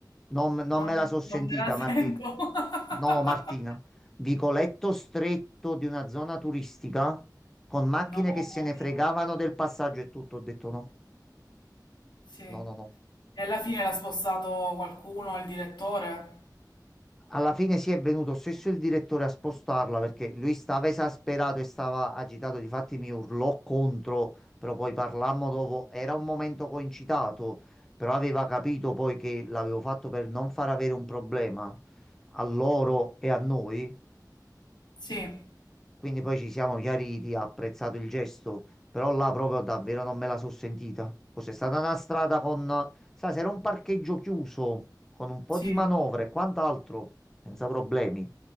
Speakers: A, in the centre; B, on the left.
A: non, non
B: non,
A: me la so sentita,
B: non me la sento.
A: Martina.
B: <laughs>
A: No, Martina, vicoletto stretto di una zona turistica con macchine
B: No, no,
A: che se ne fregavano
B: no, no.
A: del passaggio e tutto, ho detto no.
B: Sì.
A: No,
B: E
A: no, no.
B: alla fine l'ha spostato qualcuno, il direttore?
A: Alla fine si è venuto stesso il direttore a spostarla perché lui stava esasperato e stava agitato. Difatti mi urlò contro, però poi parlammo dopo. Era un momento concitato, però aveva capito poi che l'avevo fatto per non far avere un problema a loro e a noi.
B: Sì,
A: Quindi poi ci siamo chiariti, ha apprezzato il gesto, però là proprio davvero non me la sono sentita. Fosse stata una strada con, sai, se era un parcheggio chiuso, con un po'
B: sì,
A: di manovre e quant'altro, senza problemi.